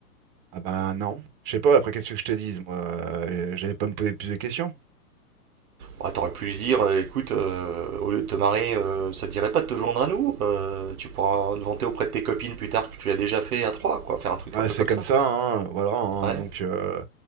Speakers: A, on the right; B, on the right.
A: Ah bah non. Je sais pas, après qu'est-ce que je te dise, moi, euh, j'allais pas me poser plus de questions.
B: Bah, t'aurais pu lui dire, euh, écoute, euh, au lieu de te marrer, euh, ça te dirait pas de te joindre à nous Euh, Tu pourras te vanter auprès de tes copines plus tard que tu l'as déjà fait à trois, quoi. Faire un truc
A: Bah,
B: un peu
A: c'est
B: comme
A: comme
B: ça.
A: ça, hein, voilà, hein,
B: Ouais.
A: donc euh,